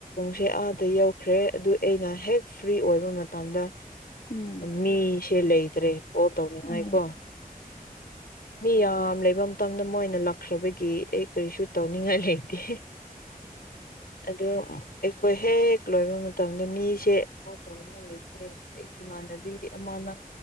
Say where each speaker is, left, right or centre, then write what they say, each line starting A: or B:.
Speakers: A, on the left; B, on the left.
A: ꯍ ꯁ ꯑꯥꯗ ꯌꯧꯈ꯭ꯔꯦ ꯑꯗꯨ ꯑꯩꯅ ꯍꯦꯛ ꯐ꯭ꯔꯤ ꯑꯣꯏꯕ ꯃꯇꯝꯗ
B: ꯎꯝ
A: ꯃꯤꯁꯦ ꯂꯩꯇ꯭ꯔꯦ ꯀꯣ ꯇꯧꯅꯤꯡꯉꯥꯏꯀꯣ
B: ꯑꯣ ꯑꯦ
A: ꯃꯤ ꯌꯥꯝ ꯂꯩꯐꯝ ꯃꯇꯝꯗ ꯃꯣꯏ ꯑꯣꯏꯅ ꯂꯥꯛꯈ꯭ꯔꯕꯒꯤ ꯑꯩ ꯀꯔꯤꯁꯨ ꯇꯧꯅꯤꯡꯉꯥꯏ ꯂꯩꯇꯦ ꯑꯣ ꯑꯩꯈꯣꯏ ꯍꯦꯛ ꯂꯣꯏꯕ ꯃꯇꯝꯗ ꯃꯤꯁꯦꯧꯅꯤꯡꯉꯥꯏ ꯂꯩꯇ꯭ꯔꯦ ꯏꯃꯥꯟꯅꯕꯤ ꯑꯃꯅ